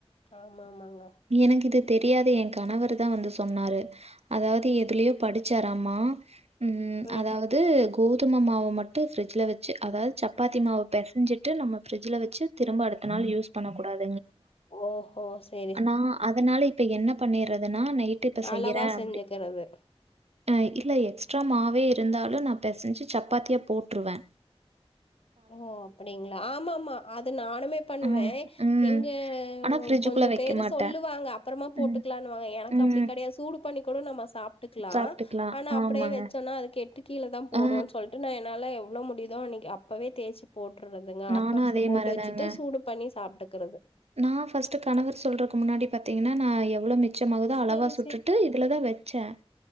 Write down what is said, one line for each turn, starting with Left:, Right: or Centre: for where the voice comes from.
Left: ஆமா ஆமாங்க
Right: எனக்கு இது தெரியாத என் கணவர் தான் வந்து சொன்னாரு அதாவது எதுலயோ படிச்சாராமா உம்
Left: அ
Right: அதாவது கோதும மாவ மட்டு ஃப்ரிட்ஜுல வச்சு அதாவது சப்பாத்தி மாவ பெசைஞ்சிட்டு நம்ம ஃப்ரிட்ஜில் வச்சு திரும்ப அடுத்த நாள் யூஸ் பண்ணக்கூடாது
Left: ஓஹோ சரி
Right: ஆனா அதனால இப் இப்ப என்ன பண்ணிற்றது நா நைடு இப்ப செய்யறே
Left: அளவா
Right: அப்படி
Left: செஞ்சுக்கிறது
Right: ஆ இல்ல எக்ஸ் ட்ரா மாவே இருந்தாலு நா பெசைஞ்சு சப்பாத்திய போட்ருவே
Left: ஓ அப்படிங்களா ஆமாமா அத நானுமே பண்ணுவே
Right: ம், ம்.
Left: இங்க
Right: ஆனா ஃப்ரிட்ஜுக்குள்ள
Left: கொஞ்ச
Right: வைக்க
Left: பேர் எதோ
Right: மாட்டேன்.
Left: சொல்லுவாங்க அப்பறமா போட்டுக்கலானுவாங்க
Right: ம்,
Left: எனக்கு
Right: ம்.
Left: அப்டி கெடையாது சூடு பண்ணி கூட நம்ம ஸ் சாப்ட்டுகலா
Right: சாப்பிட்டுக்கலாம்.
Left: ஆனா அப்படியே
Right: ஆமாங்க.
Left: வச்சோம்ன்னா அதுக்கு கேட்டு கீழ தா போடுவோனு
Right: ஆ
Left: சொல்லிட்டு நா என்னால எவ் என்ன முடியுதோ அநேக்கு அப் அப்பவே தேச்சிப் போட்டுர்ரதுங்க ஹாட்பாக்ஸ்ல
Right: நானும் அதே
Left: போட்டு
Right: மாரி
Left: வச்சுட்டு
Right: தாங்க.
Left: சூடு பண்ணி சாப்டக் க்குறது
Right: நான் பஃஸ்டு கணவர் சொல்றக்கு முன்னாடி பாத்தீங்கன்னா நா எவ்ளோ மிச் ச்சமாவுதா
Left: செரி
Right: அளவா சுட்டுட்டு இதுலதா வச்சே